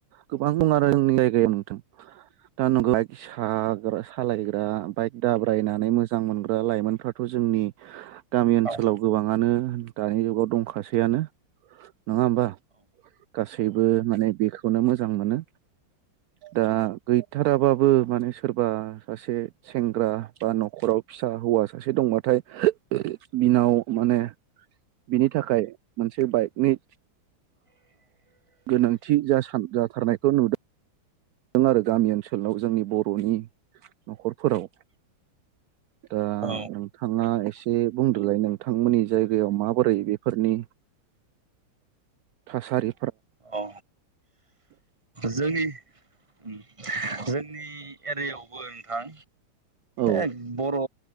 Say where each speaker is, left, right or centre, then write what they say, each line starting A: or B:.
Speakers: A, on the right (about 70°); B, on the right (about 15°).
A: गोबां दं आरो जोंनि जायगायाव नोंथां दा नोंलाय साग्रा सालायग्रा बाइक दाब्रायनानै मोजां मोनग्रा लाइमोनफ्राथ जोंनि गामि ओनसोलाव
B: औ
A: गोबाङानो दानि जुगाव दंखासैयानो नङा होमबा गासैबो माने बेखौनो मोजां मोनो दा गैथाराबाबो माने सोरबा सासे सेंग्रा बा नखराव फिसा हौवा सासे दंबाथाय बिनाव माने बिनि थाखाय मोनसे बाइकनि गोनांथि जासा जाथारनायखौ नुदों नुदों आरो गामि ओनसोलाव जोंनि बर' बर'नि न'खरफोराव ओ
B: औ
A: नोंथाङा एसे बुंदोलाय नोंथांमोननि जायगायाव माबोरै बेफोरनि थासारि
B: औ जोंनि उ जोंनि एरियायावबो नोंथां
A: औ
B: एक बर'